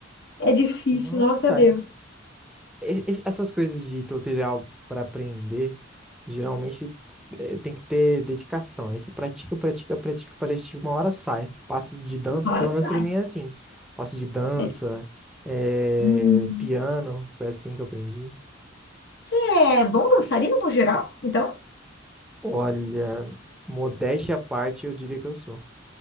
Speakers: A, on the left; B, in the centre.
A: É difícil,
B: Uma
A: nossa
B: hora sai.
A: Deus.
B: e- e- Essas coisas de tutorial para aprender, geralmente eh, tem que ter dedicação. Aí você pratica, pratica, pratica, pratica, uma hora sai. Passo de dança,
A: Olha,
B: pelo menos
A: sai.
B: para mim é assim. Passo de dança,
A: É.
B: eh,
A: Hum.
B: piano, foi assim que eu aprendi.
A: Você é bom dançarino no geral, então?
B: Olha, modéstia à parte, eu diria que eu sou.